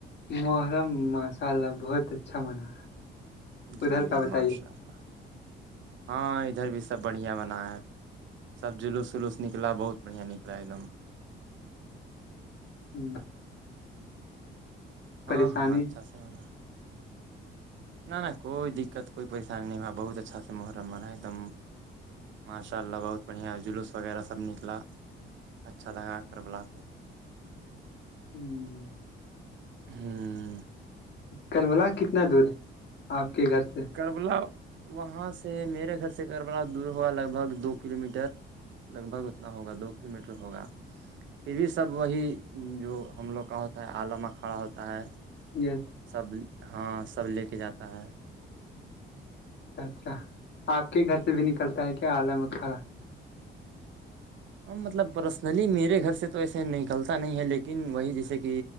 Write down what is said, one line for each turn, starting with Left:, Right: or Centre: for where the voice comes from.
Left: محرم ماشاء اللہ بہت اچھا منا
Right: جی
Left: ادھر کا
Right: جی
Left: بتائیے
Right: ماشاء اللہ ہاں ادھر بھی سب بڑھیا بنا ہے سب جلوس ولوس نکلا بہت بڑیا نکلا ایک دم
Left: ہوں
Right: ہاں
Left: پریشانی
Right: ہاں اچھا سے مناا نہ نہ کوئی دقت کوئی پریشانی نہیں ہوا بہت اچھا سے محرمنا ایک دم ماشاء اللہ بہت بڑھیا جلوس وغیرہ سب نکلا اچھا لگا کرلا پہ
Left: ہوں
Right: ہوں
Left: کرولا کتنا دور ہے آپ کے گھر سے
Right: کربلا وہاں سے میرے گھر سے کربلا دور ہوا لگ بھگ دو کلو میٹر لگ بھگ اتنا ہوگا دو کلو میٹر ہوگا پھر بھی سب وہی جو ہم لوگ کا ہوتا ہے الی م اکھھڑا ہوتا ہے
Left: یس
Right: سب ہاں سب لے کے جاتا ہے
Left: اچھا اچھا آپ کے ہی گھر سے بھی نکلتا ہے کیا الی مکھھرا
Right: مطلب پرسنلی میرے گھر سے تو ایسے نکلتا نہیں ہے لیکن وہی جیسے کہ